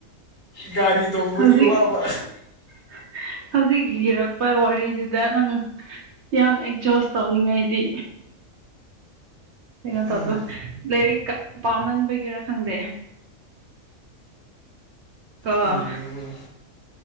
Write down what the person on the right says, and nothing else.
ꯍꯧꯖꯤꯛ
<unintelligible> ꯍꯧꯖꯤꯛ ꯏꯔꯛꯄ ꯋꯥꯔꯤꯗꯨꯗ ꯅꯪ ꯌꯥꯝ ꯑꯦꯛꯖꯣꯁ ꯇꯧꯅꯤꯡꯉꯥꯏꯗꯤ ꯀꯩꯅꯣ ꯇꯧꯗꯣ
ꯂꯥꯏꯔꯤꯛꯀ ꯄꯥꯃꯟꯕꯒꯤꯔꯥ ꯈꯪꯗꯦ ꯑꯥ